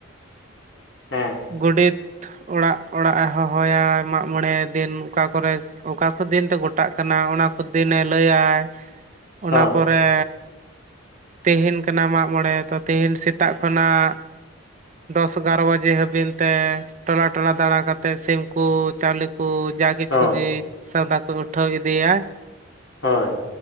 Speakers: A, on the left (about 55°); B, on the right (about 35°).
A: ᱦᱩᱸ
B: ᱜᱳᱰᱮᱛ ᱚᱲᱟᱜ ᱚᱲᱟᱜ ᱮ ᱦᱚᱦᱚᱭᱟᱭ ᱢᱟᱜ-ᱢᱚᱬᱮ ᱫᱤᱱ ᱚᱠᱟ ᱠᱚᱨᱮ ᱚᱠᱟ ᱠᱚ ᱫᱤᱱᱛᱮ ᱜᱚᱴᱟᱜ ᱠᱟᱱᱟ ᱚᱱᱟ ᱠᱚ ᱫᱤᱱ ᱮ ᱞᱟᱹᱭᱟ᱾ ᱚᱱᱟ
A: ᱦᱳᱭ
B: ᱯᱚᱨᱮ ᱛᱮᱦᱮᱹᱱ ᱠᱟᱱᱟ ᱢᱟᱜ-ᱢᱚᱬᱮ ᱛᱚ ᱛᱮᱦᱮᱧ ᱥᱮᱛᱟᱜ ᱠᱷᱚᱱᱟᱜ ᱫᱚᱥ ᱜᱟᱨᱚ ᱵᱟᱡᱮ ᱦᱟᱵᱤᱱ ᱛᱮ ᱴᱚᱞᱟ ᱴᱚᱞᱟ ᱫᱟᱬᱟ ᱠᱟᱛᱮ ᱥᱤᱢ ᱠᱩ ᱪᱟᱣᱞᱮ ᱠᱩ ᱡᱟᱣ ᱠᱤᱪᱷᱩ
A: ᱦᱳᱭ
B: ᱜᱤ ᱥᱟᱣᱫᱟ ᱠᱚ ᱩᱴᱷᱟᱹᱣ ᱤᱫᱤᱭᱟᱭ᱾
A: ᱦᱚᱭ